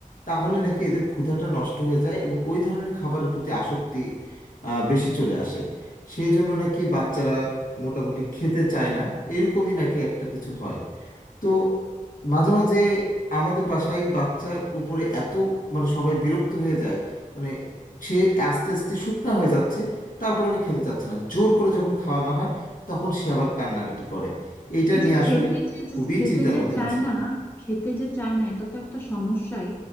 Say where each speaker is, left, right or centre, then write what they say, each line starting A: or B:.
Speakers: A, on the left (about 75°); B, on the left (about 15°).
A: তাহলে নাকি এদের ক্ষুধাটা নষ্ট হয়ে যায় এবং ওই ধরনের খাবারের প্রতি আসক্তি আহ, বেশি চলে আসে সেই জন্য নাকি বাচ্চারা মোটামুটি খেতে চায় না এরকমই নাকি একটা কিছু হয় তো মাঝে মাঝে আমাদের বাসায় বাচ্চার উপরে এত মানে সবাই বিরক্ত হয়ে যায় মানে সে আস্তে আস্তে শুকনা হয়ে যাচ্ছে তারপরে খেতে চাচ্ছে না জোর করে যখন খাওয়ানো হয় তখন সে আবার কান্নাকাটি করে এইটা
B: এই
A: নিয়ে
B: যে খেতে
A: আসলে
B: যে
A: খুবই
B: খেতে
A: চিন্তার
B: যে
A: মধ্যে
B: চায়
A: আছে
B: না খেতে যে চায় না এটা তো একটা সমস্যাই